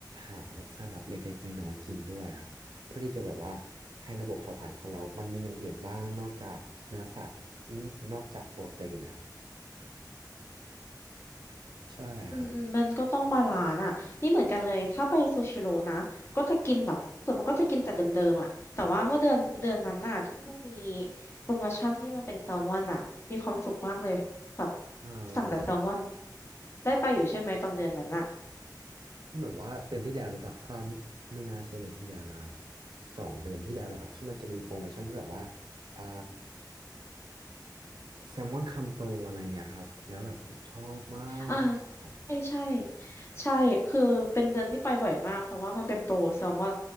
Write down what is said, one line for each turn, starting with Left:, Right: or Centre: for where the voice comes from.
Right: หาแบบสลัดเล็กๆน้อยๆกินด้วยครับ เพื่อที่จะแบบว่าให้ระบบเผาผลาญของเรา มันมีอย่างอื่นบ้างนอกจากเนื้อสัตว์นอกจากโปรตีนนะใช่ครับ
Left: อืมอืมมันก็ต้องบาลานซ์อ่ะนี่เหมือนกันเลยถ้าไปซูชิโร่นะก็จะกินแบบส่วนมากก็จะกินแต่เดิมๆอ่ะแต่ว่าเมื่อเดือนเดือนนั้นน่ะที่มันมีโปรโมชั่นที่มันเป็นแซลมอนอ่ะมีความสุขมากเลยแบบ
Right: อ่
Left: สั่งแต่แซลมอน
Right: า
Left: ได้ไปอยู่ใช่ไหมตอนเดือนนั้นอ่ะ
Right: เหมือนว่าเดือนที่แล้วหรือเปล่าอ่าไม่น่าใช่เดือนที่แล้วแลครับสองเดือนที่แล้วเหรอครับที่มันจะมีโปรโมชั่นที่แบบว่าอ่าแซลมอนคำโตอะไรเงี้ยครับแล้วแบบผมชอบมากครับ
Left: อ่าใช่ใช่ใช่คือเป็นเดือนที่ไปบ่อยมากเพราะว่ามันเป็นโปรแซลมอน